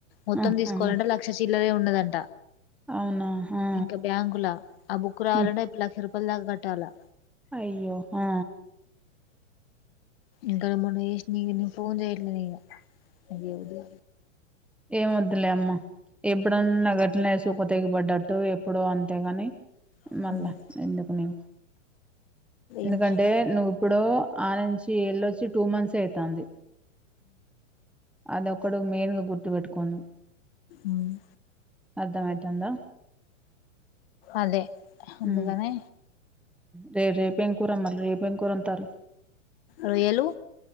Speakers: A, on the left (about 50°); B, in the centre.
A: మొత్తం
B: ఉమ్,
A: తీసుకోవాలంటే
B: ఉమ్,
A: లక్ష చీల్లరే ఉండదండి
B: అవునా ఆ,
A: ఇంకా బ్యాంకులా ఆ బుక్ రావాలంటే
B: ఉమ్,
A: ఇప్పుడు లక్ష రూపాయల దాకా కట్టాలా.
B: అయ్యో హా
A: ఇంకా మొన్న చేసినయి నేను ఫోన్ చేయట్లేదు ఇగా.
B: ఏమద్దులే అమ్మా. ఎప్పుడన్నా గట్నే సూప తెగి పడ్డట్టు ఎప్పుడు అంతే కాని.
A: చేయట్లేను
B: మళ్ళా ఎందుకు నీకు. ఎందుకంటే
A: ఏం
B: నువ్వు ఇప్పుడు ఆనుంచి ఎల్ళొచ్చి టూ మంత్స్ అయితాంది. అదొక్కడు మెయిన్గా గుర్తు పెట్టు కొను
A: ఉమ్
B: అర్థం అయితాందా.
A: అదే అందుకనే
B: ఊ రే రేపు ఎం కూర మరి రేపు ఎంకూర అంటార్రు.
A: రొయ్యలు